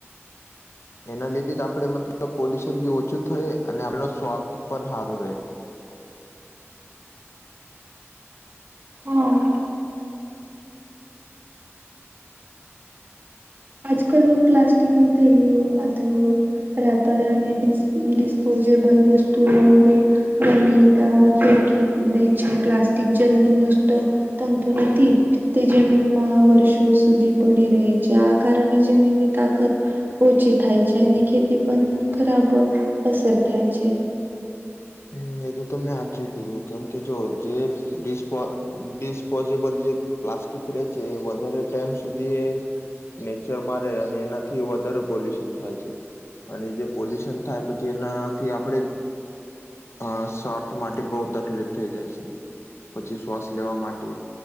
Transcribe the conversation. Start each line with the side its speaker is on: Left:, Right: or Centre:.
Left: એના લીધે જ આપણે મતલબ પોલ્યુશન બી ઓછું થહે અને આપણ સ્વાસ્થ પણ સારું રહે
Right: હમ્મ. આજકલ લોક પ્લાસ્ટિકની થેલી ઓ બાતલો રેપર અને ડીસ ડિસ્પોઝેબલ વસ્તુઓ કે ટમેટા ફેકી દે છે પ્લાસ્ટિક જલ્દી નષ્ટ તમતો નથી તે જમીનમાં વર્ષો સુધી પડી રહે છે. કારની જમીનની તાકત ઓછી થાય છે અને ખેતી પણ ખરાબ અસર થાય છે.
Left: હમ એ તો તમને હાચુ કીધું કેમ કે જો જે ડિસ્પો ડિસ્પોઝેબલ જે પ્લાસ્ટિક રહે છે એ વધારે ટાઈમ સુધી એ નેચરમાં રહે અને એનાથી વધારે પોલ્યુશન થાય છે. અને જે પોલ્યુશન થાય પછી એનાથી આપણે અ સ્વાર્થ માટે બહુ તકલીફ થઈ જાય છે પછી શ્વાસ લેવા માટે